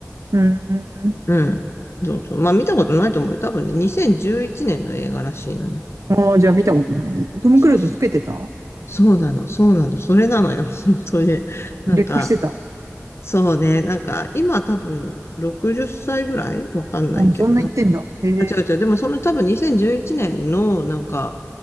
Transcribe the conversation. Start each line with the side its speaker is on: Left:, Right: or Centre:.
Right: うん。
Left: うん。そうそう。まあ、見たことないと思うよ。多分ね、2011年の映画らしいのよ。
Right: ああ、じゃあ見たことないね。トム・
Left: そうそう。
Right: クルーズ老けてた
Left: そうなの、そうなの、それなのよ、<laughs> 本当に。なんか、
Right: 劣化してた。
Left: そうね、なんか、今多分60歳ぐらいわかんないけど、
Right: あ、もうそんな言ってんだ。
Left: なんか
Right: へえ。
Left: あ、違う違う、でもその多分2011年の、なんか、